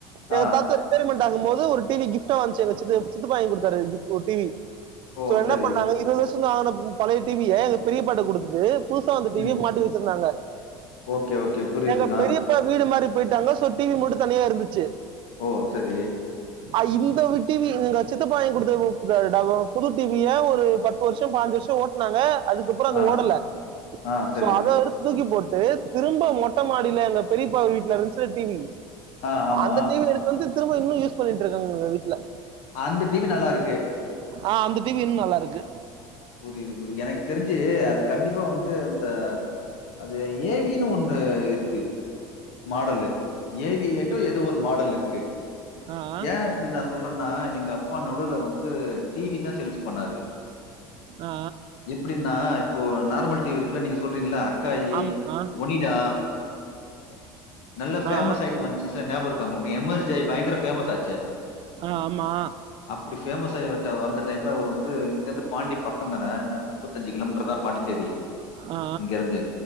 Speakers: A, on the right (about 50°); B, on the left (about 70°).
A: எங்க
B: ஆ,
A: தாத்தா ரீட்டெயர்மெண்ட் ஆகும் போது ஒரு டிவி கிஃப்டா வாந்துச்சு எங்க சித் சித்தப்பா வாங்கி குடுத்தாரு கிப் ஒரு டிவி
B: ஓ!
A: சோ என்ன
B: சரி.
A: பண்ணாங்க இருவது வருஷம் தா ஆன பழைய டிவிய எங்க பெரியப்பாட குடுத்துட்டு புதுசா வந்த டிவிய
B: ம்.
A: மாட்டி வச்சிருந்தாங்க
B: ஓகே ஓகே புரியுது
A: எங்க
B: ஆ
A: பெரியப்பா வீடு மாறி போயிட்டாங்க சோ டிவி மட்டு தனியா இருந்துச்சு
B: ஓ செரி
A: ஆ இந்த டிவி எங்க சித்தப்பா வாங்கி குடுத்த ட ப புது டிவிய ஒரு பத்து வருஷம் பன்ஞ்சு வருஷம் ஓட் னாங்க அதுக்கப்றம் அது
B: ஆ,
A: ஓடல
B: ஆ. சரி.
A: சோ அத எடுத்து தூக்கி போட்டு திரும்ப மொட்ட மாடில எங்க பெரியப்பா வீட்ல இருந்துச்சுல டிவி
B: ஆ, ஆமா.
A: அந்த டிவி எடுத்து எத்துட்டு வந்து திரும்ப இன்னும் யூஸ் பண்ணிட்டுருக்காங்க எங்க வீட்ல
B: அந்த டிவி நல்லாருக்கு
A: ஆ அந்த டிவி இன்னும் நல்லா இருக்கு
B: புரியுது புரியது எனக்கு தெரிஞ்சு அது கண்டிப்பா வந்து அத அது ஏவின்னு ஒண்ணு இருக்கு மாடலு ஏவியேட்டோ ஏதோ ஒரு மாடல் இருக்கு
A: ஆ
B: ஏன் எப்டி நா சொல்றேன்னா எங்க அப்பா நடுல வந்து டிவி தா சேல்ஸ் பண்ணாரு
A: ஆ
B: எப்டின்னா இப்போ நார்மல் டி வி இருக்குல்ல நீங்க சொல்றீங்கள்ள காயி
A: ஆமாண்ணா
B: ஒனிடா நல்லா பேமஸ்
A: ஆ
B: ஆயிட்டு வந்துச்சு ஞாபகம் இருக்கா உங்களுக்கு எமர்ஜ் ஆகி பயங்கர பேமஸ் ஆச்சே
A: ஆ ஆமா
B: அப்டி பேமஸ் ஆயிவட்ட வந்த டைம்ல அவரு வந்து இங்க இருந்து பாண்டி பக்கந்தான முப்பதஞ்சு கிலோமீட்ரு தா பாண்டிச்சேரி
A: ஆ
B: இங்க இருந்து